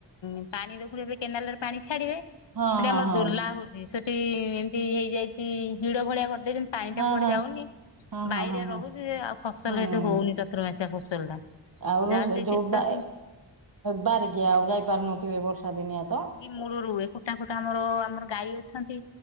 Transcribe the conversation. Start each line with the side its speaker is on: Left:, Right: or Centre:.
Left: ଉ ପାଣି ଦେ ଏ କେନାଲ ରେ ପାଣି ଛାଡିବେ
Right: ହଁ
Left: ସେଠି ଆମର
Right: ହଁ
Left: ଦୋଲା ହଉଛି ସେଠ ସେ ଏମିତି ହେଇଯାଇଛି ହିଡ ଭଳିଆ କରିଦେଇଚନ୍ତି ପାଣି ଟା
Right: ହଁ
Left: କୁଆଡେ
Right: ହଁ
Left: ଯାଉନି ବାଇରେ
Right: ହଁ ହଁ ହଁ ହଁ ହଁ
Left: ରହୁଛି ଯେ ଆଉ ଫସଲ
Right: ହୁଁ
Left: ହେତେ ହୋଉନି ଚତୁର୍ମାସିଆ ଫସଲ ଟା।
Right: ଆଉ ରହେ
Left: ଯାହା ସେଇ
Right: ଯୋଉ
Left: ଶୀତ
Right: ବା
Left: ଦିନ
Right: ବାରିକି ଆଉ ଯାଇପାରୁନଥିବେ ବର୍ଷା ଦିନିଆ ତ
Left: ମୂଳୁରୁୁ ହୁଏ। କୁଟା ଫୁଟା ଆମର ଆମର ଗାଈ ଅଛନ୍ତି